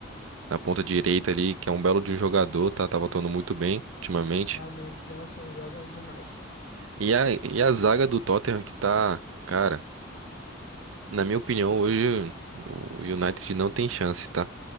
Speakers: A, on the right (about 80°); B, on the left (about 50°).
A: na ponta direita ali, que é um belo de um jogador, tá, tava atuando muito bem ultimamente.
B: Realmente, Johnson joga demais, cara.
A: E a, e a zaga do Tottenham que tá, cara, na minha opinião, hoje o United não tem chance, tá?